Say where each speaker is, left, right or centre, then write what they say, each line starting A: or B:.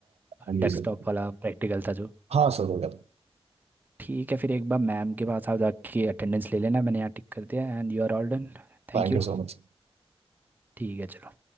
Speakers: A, on the right (about 70°); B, on the right (about 15°).
A: An user
B: डेस्कटॉप वाला प्रैक्टिकल था जो
A: हाँ सर हो गया था।
B: ठीक है फिर एक बार मैम के पास आप जाके अटेंडेंस ले लेना मैंने यहाँ टिक कर दिया and you are all done Thank
A: Thank
B: you
A: you so much
B: ठीक है चलो